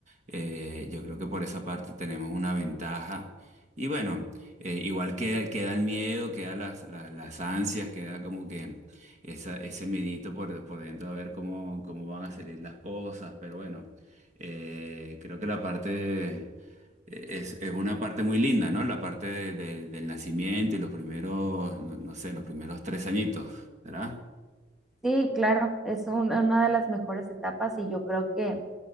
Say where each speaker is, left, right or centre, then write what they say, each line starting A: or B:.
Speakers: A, on the right; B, in the centre.
A: Eh, yo creo que por esa parte tenemos una ventaja. Y bueno, eh, igual queda, queda el miedo, queda las, la- las ansias, queda como que esa- ese miedito por, por dentro a ver cómo, cómo van a salir las cosas, pero bueno. Eh, creo que la parte eh, es, es una parte muy linda, ¿no? La parte de- de- del nacimiento y los primeros, no, no sé, los primeros tres añitos, ¿verdad?
B: Sí, claro, es un- una de las mejores etapas y yo creo que,